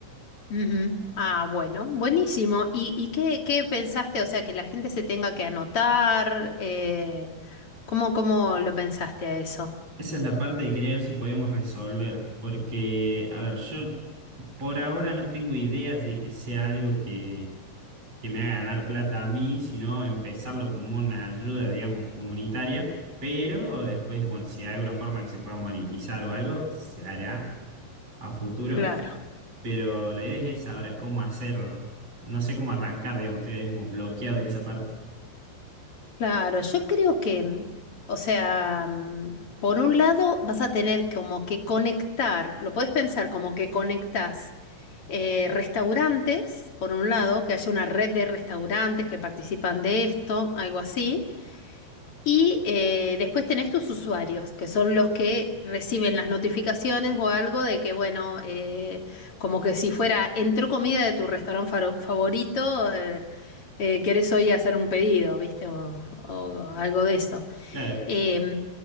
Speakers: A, on the left; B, on the right.
A: ujú. Ah, bueno, buenísimo. ¿Y, y qué, qué pensaste? O sea, que la gente se tenga que anotar. eh, ¿cómo, cómo lo pensaste a eso?
B: Esa es la parte de querer ver si podíamos resolver, porque, a ver, yo por ahora no tengo ideas de que sea algo que, que me haga ganar plata a mí, sino empezarlo como una ayuda, digamos, comunitaria, pero después, bueno, si hay alguna forma que se pueda monetizar o algo, se hará a futuro,
A: Claro.
B: pero la idea es esa, ahora cómo hacer, no sé cómo arrancar, digamos, estoy ahí como bloqueado en esa parte.
A: Claro, yo creo que, mm, o sea, mm, por un lado vas a tener como que conectar, lo puedes pensar como que conectas eh, restaurantes, por un lado, que haya una red de restaurantes que participan de esto, algo así. Y eh, después tenés tus usuarios, que son los que reciben las notificaciones o algo de que, bueno, eh, como que si fuera, entró comida de tu restaurante faro- favorito, eh, eh, querés hoy hacer un pedido, ¿viste? O, o algo de eso.
B: Claro,
A: Eh,